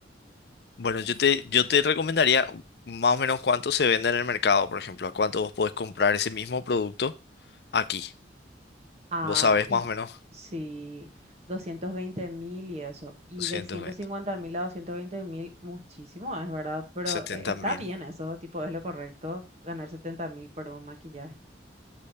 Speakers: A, on the left (about 60°); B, on the right (about 35°).
A: Bueno, yo te, yo te recomendaría más o menos cuánto se vende en el mercado, por ejemplo, a cuánto vos podés comprar ese mismo producto aquí.
B: Ah,
A: ¿Vos sabés
B: y
A: más o menos?
B: sí, doscientos veinte mil y eso. Y
A: doscientos
B: de ciento
A: veinte
B: cincuenta mil a doscientos veinte mil, muchísimo es, ¿verdad? Pero
A: setenta
B: eh, está
A: mil.
B: bien eso, tipo, es lo correcto, ganar 70 mil por un maquillaje.